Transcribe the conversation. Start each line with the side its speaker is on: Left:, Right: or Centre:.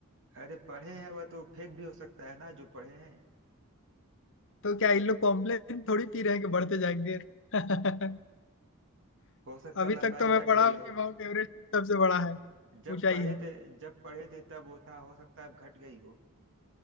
Right: अरे पढ़े हैं वह तो फेक भी हो सकता है ना जो पढ़े हैं
Left: तो क्या इन लोग कॉम्प्लेन थोड़ी पी रहे हैं कि बढ़ते जाएंगे <laughs>
Right: हो सकता
Left: अभी
Right: है लंबाई
Left: तक तो मैं
Right: घट
Left: पढ़ा
Right: गई
Left: हूँ
Right: हो
Left: कि माउंट एवरेस्ट ही सबसे बड़ा है
Right: जब
Left: ऊंचाई
Right: पढ़े
Left: है
Right: थे जब पढ़े थे तब वो था हो सकता है अब घट गई हो